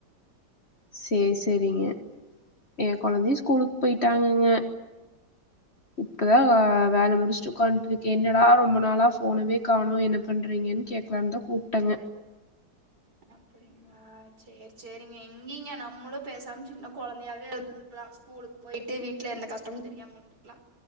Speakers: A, on the left; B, on the right.
A: சேரி செரிங்க எ குழந்தையு ஸ்கூலுக்கு போயிட்டாங்கங்க இப்பதா வேல முடிச் சுக்காண்ட்ருக்க என்னடா ரொம்ப நாளாப் போனவே காணோ என்ன பண்றீங்கன்னு கேட்கலான்தா கூப்டங்க
B: அப்படிங்களா சேர் செரிங்க எங்கிங்க நம்மளு பேசாம சின்ன குழந்தையாவே இருந்திருக்கலா ஸ்கூலுக்கு போயிட்டு வீட்டுல எந்த கஷ்டமு தெரியாம இருந்திருக்கலா